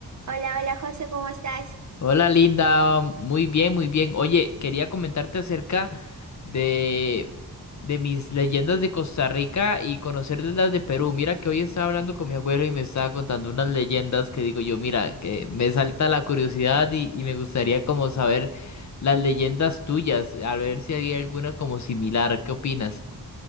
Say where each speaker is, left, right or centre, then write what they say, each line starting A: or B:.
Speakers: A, on the right (about 50°); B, on the left (about 50°).
A: Hola, hola José, ¿cómo estás?
B: Hola Linda, muy bien, muy bien. Oye, quería comentarte acerca de, de mis leyendas de Costa Rica y conocer de las de Perú. Mira que hoy estaba hablando con mi abuelo y me estaba contando unas leyendas que digo yo, mira, que me salta la curiosidad y, y me gustaría como saber las leyendas tuyas, a ver si había alguna como similar. ¿Qué opinas?